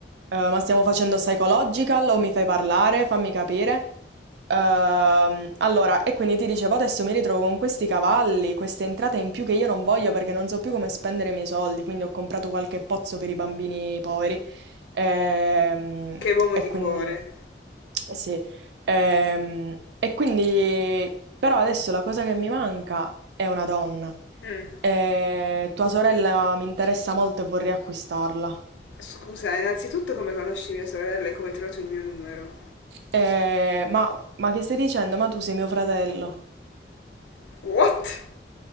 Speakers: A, on the right; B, on the left.
A: Eh, ma stiamo facendo psychological o mi fai parlare? Fammi capire. Ehm, allora, e quindi ti dicevo, adesso mi ritrovo con questi cavalli, queste entrate in più che io non voglio perché non so più come spendere i miei soldi, quindi ho comprato qualche pozzo per i bambini poveri. Ehm,
B: Che uomo
A: e
B: di
A: quindi...
B: cuore.
A: Sì, ehm, e quindi però adesso la cosa che mi manca è una donna.
B: Mm.
A: E tua sorella mi interessa molto e vorrei acquistarla.
B: Scusa, innanzitutto come conosci mia sorella e come hai trovato il mio numero?
A: Eh, ma, ma che stai dicendo? Ma tu sei mio fratello.
B: What?